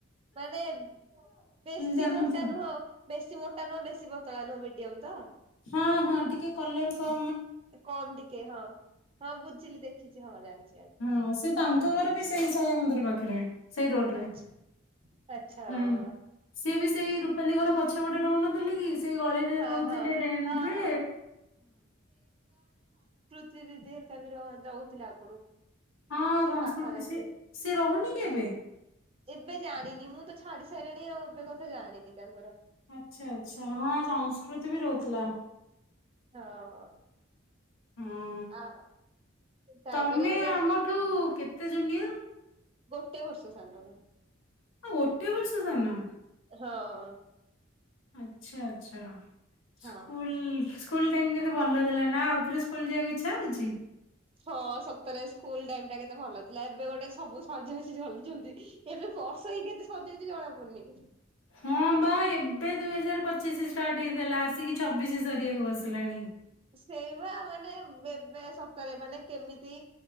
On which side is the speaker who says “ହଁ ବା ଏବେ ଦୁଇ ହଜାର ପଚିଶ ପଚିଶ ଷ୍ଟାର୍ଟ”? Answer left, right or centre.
Left